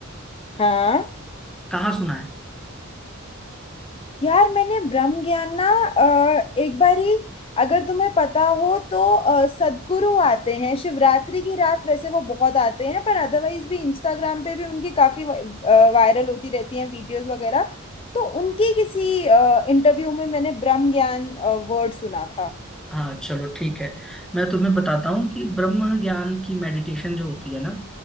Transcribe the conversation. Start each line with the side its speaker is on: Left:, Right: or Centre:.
Left: हाँ
Centre: कहाँ सुना है
Left: यार मैंने ब्रह्म ज्ञान ना अ, एक बारी अगर तुम्हें पता हो तो अ, सद्गुरु आते हैं शिवरात्रि की रात वैसे वो बहुत आते हैं पर अदरवाइज भी इंस्टाग्राम पे भी उनकी काफी वायरल होती रहती हैं वीडियोस वगैरह तो उनकी किसी इंटरव्यू में मैंने ब्रह्म ज्ञान वर्ड सुना था
Centre: हाँ चलो ठीक है मैं तुम्हें बताता हूँ कि ब्रह्म ज्ञान की मेडिटेशन जो होती है ना